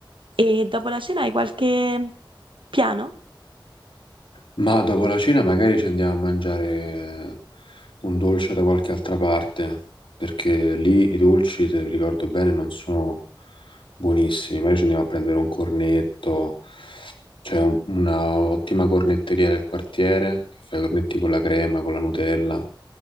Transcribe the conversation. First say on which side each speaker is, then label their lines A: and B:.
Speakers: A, on the right; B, on the left.
A: E dopo la cena hai qualche piano?
B: Ma dopo la cena magari ci andiamo a mangiare un dolce da qualche altra parte, perché lì i dolci, se vi ricordo bene, non sono buonissimi. Magari ci andiamo a prendere un cornetto, c'è un- una ottima cornetteria del quartiere che fa i cornetti con la crema, con la Nutella.